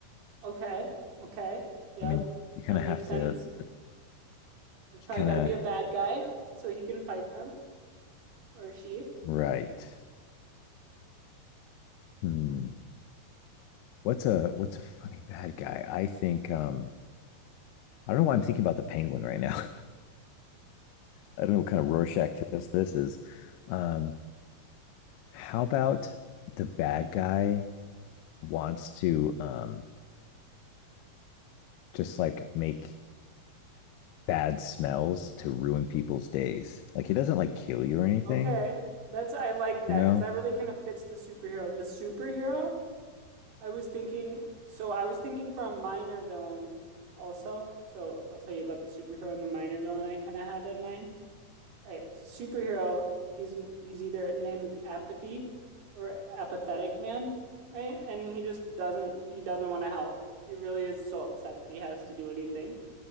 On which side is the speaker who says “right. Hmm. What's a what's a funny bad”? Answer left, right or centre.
Left